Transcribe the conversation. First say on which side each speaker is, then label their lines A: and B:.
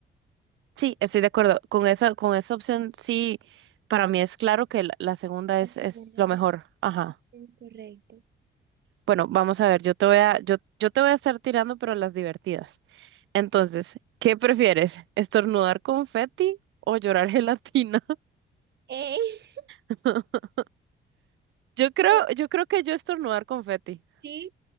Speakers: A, on the right; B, on the right.
A: Sí, estoy de acuerdo. Con esa, con esa opción, sí, para mí es claro que la, la segunda
B: Las
A: es,
B: segundas
A: es lo
B: me-
A: mejor. Ajá.
B: es correcto.
A: Bueno, vamos a ver, yo te voy a, yo, yo te voy a estar tirando, pero las divertidas. Entonces, ¿qué prefieres? ¿Estornudar confeti o llorar gelatina?
B: ¡Ey!
A: <laughs> Yo creo,
B: <laughs>
A: yo creo que yo estornudar confeti.
B: Sí,